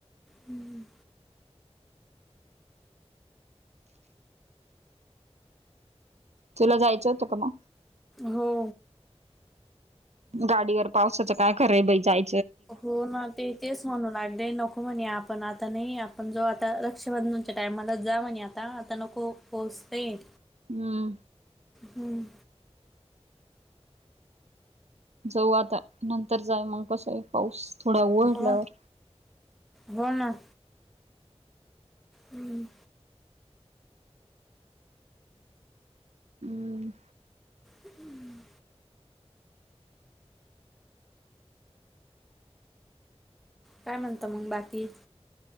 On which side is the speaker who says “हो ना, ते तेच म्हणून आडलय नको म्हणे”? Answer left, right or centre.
Centre